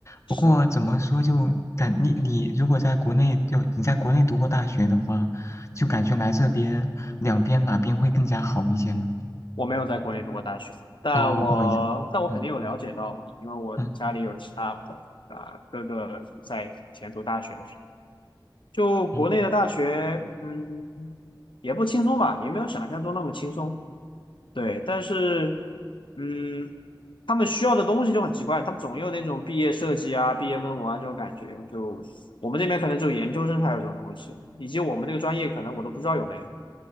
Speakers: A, on the left (about 35°); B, on the left (about 80°).
A: 不过怎么说就感你你如果在国内就你在国内读过大学的话，
B: 是的，
A: 就感觉来这边两边哪边会更加好一些呢？
B: 我没有在国内读过大学，但我但我肯定有了解到嘛，
A: 哦，不好意思，嗯
B: 因为我家里有其他
A: 嗯
B: 啊哥哥在以前读大学的。时候。就国内的大学，
A: 嗯，
B: 嗯，也不轻松吧，也没有想象中那么轻松。对，但是，嗯，他们需要的东西就很奇怪，他们总有那种毕业设计啊、毕业论文啊这种感觉。就我们这边可能只有研究生才有这种东西，以及我们这个专业可能我都不知道有没有。